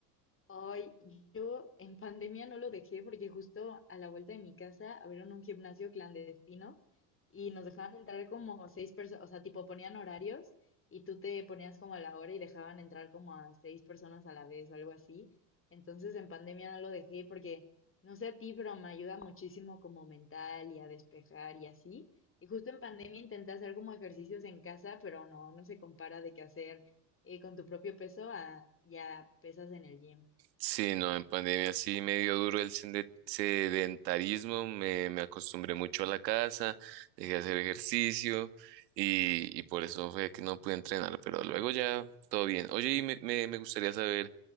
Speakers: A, on the left (about 25°); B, on the right (about 80°).
A: Ay, yo en pandemia no lo dejé porque justo a la vuelta de mi casa abrieron un gimnasio clandestino y nos dejaban entrar como seis personas, o sea, tipo ponían horarios y tú te ponías como a la hora y dejaban entrar como a seis personas a la vez o algo así. Entonces en pandemia no lo dejé porque, no sé a ti, pero me ayuda muchísimo como mental y a despejar y así. Y justo en pandemia intenté hacer como ejercicios en casa, pero no, no se compara de qué hacer eh, con tu propio peso a ya pesas en el gym.
B: Sí, no, en pandemia sí me dio duro el sende- sedentarismo, me, me acostumbré mucho a la casa, dejé de hacer ejercicio y, y por eso fue que no pude entrenar, pero luego ya todo bien. Oye, y me, me, me gustaría saber